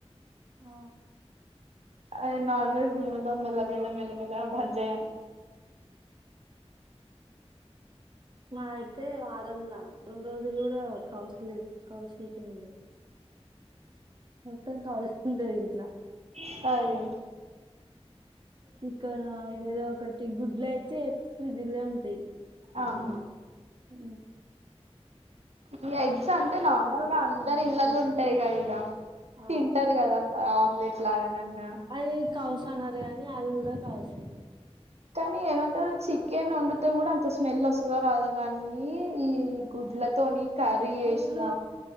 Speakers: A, on the right; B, on the right.
A: ఆ
B: అ నాన్ వెజ్ తినడం మెల మెల మెల మెల భంజేయాలి.
A: మా అయితే వారంలా రెండు రోజులు కూడా కౌసు లే కౌసు లేకుండా ఉండది. మొత్తం కౌస్ ఉంటది ఇంట్లో
B: సరే
A: ఇక్కడ ఏదో ఒకటి గుడ్లు అయితే ఫ్రిడ్జ్లే లో ఉంటాయి.
B: అహ
A: హ
B: ఈ ఎగ్స్ అంటే నార్మల్గా
A: ఒకటి
B: అందరు ఇళ్ళలు ఉంటాయి కదా ఇగ
A: ఆ
B: తింటారు కదా ఆమ్లెట్ లాగానన్నా
A: అది కౌసు అనరు కానీ అది కూడా కౌసే
B: కానీ ఏమంటారు చికెన్ వండితే కూడా అంత స్మెల్ వస్తుందో రాదోగాని ఏంది ఈ గుడ్లతోని కర్రీ
A: గుడ్లు
B: చేసిన